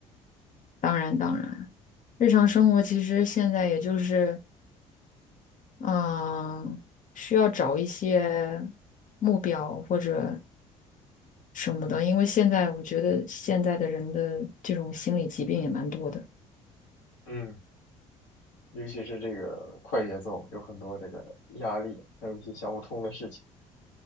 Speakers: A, on the left (about 50°); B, on the left (about 85°).
A: 当然，当然，日常生活其实现在也就是
B: 嗯
A: 嗯、需要找一些目标或者什么的，因为现在我觉得现在的人的这种心理疾病也蛮多的。
B: 嗯，尤其是这个快节奏，有很多这个压力，还有一些想不通的事情，